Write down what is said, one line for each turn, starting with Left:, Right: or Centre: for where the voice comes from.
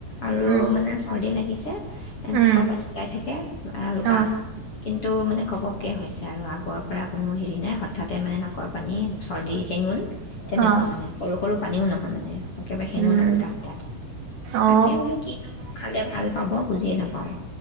Left: আৰু
Right: উম
Left: মানে চৰ্দি লাগিছে নাকৰ
Right: উম
Left: পানী ওলাই থাকে ৰুকা
Right: অ
Left: কিন্তু মানে ক'ব ক হৈছে আৰু আগৰ পৰা কোনো হেৰি নাই হঠাতে মানে নাকৰ পানী চৰ্দি শেঙুণ তেনেকা
Right: অ
Left: মানে সৰু সৰু পানীও নহয় মানে একেবাৰে শেঙোন
Right: উম
Left: আৰু দাঠ দাঠ
Right: অ
Left: তাকে বোলো কিনো খালে ভাল পাব বুজিয়ে নাপাওঁ